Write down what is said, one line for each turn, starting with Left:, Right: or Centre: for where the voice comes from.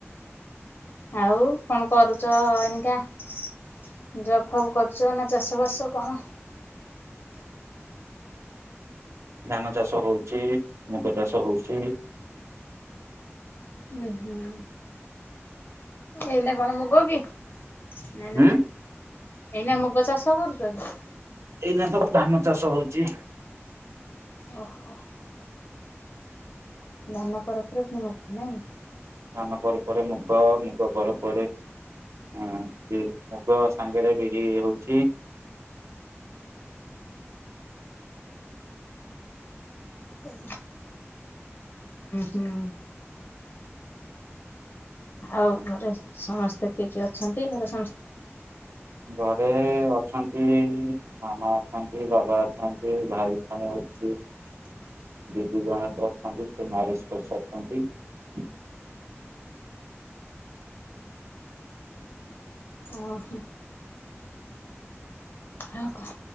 Left: ଆଉ କଣ କରୁଛ ଏଇନିକା? ଜବ ଫପ୍ କରୁଛ ନା ଚାଷ ବାସ କଣ?
Right: ଧାନ ଚାଷ ହଉଛି, ମୁଗ ଚାଷ ହଉଛି।
Left: ହୁଁ ହୁଁ ଏଇନ କଣ ମୁଗ କି? ନାଇଁ
Right: ହୁଁ
Left: ନା ଏଇନା ମୁଗ ଚାଷ କରୁଛ?
Right: ଏଇନା ସବୁ ଧାନ ଚାଷ ହଉଚି।
Left: ଓହୋ ଧାନ ପରେ ପରେ ପୁଣି <unintelligible>
Right: ଧାନ ପରେ ପରେ ମୁଗ, ମୁଗ ପରେ ପରେ ମୁଗ ସାଙ୍ଗରେ ବିରି ହଉଛି।
Left: ହୁଁ ହୁଁ ଆଉ ଘରେ ସମସ୍ତେ କିଛି ଅଛନ୍ତି, ଘରେ ସମସ୍ତେ
Right: ଘରେ ଅଛନ୍ତି ମାମା ଅଛନ୍ତି, ବାବା ଅଛନ୍ତି, ଭାଇ ଜଣେ ଅଛି।
Left: <inaudible>
Right: ଜଜୁ ଜଣଥ ଅଛନ୍ତି ସେ ନାରେଶ୍ୱସାରଛନ୍ତି <unintelligible>
Left: ଓହୋ ଆଉ କଣ